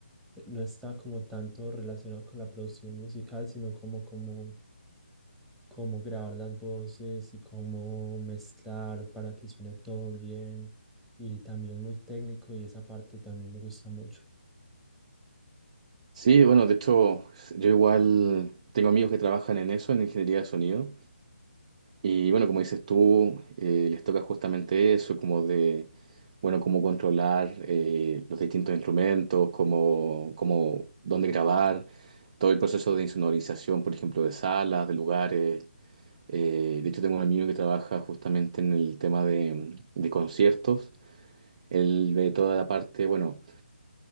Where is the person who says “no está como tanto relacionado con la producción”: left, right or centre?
Centre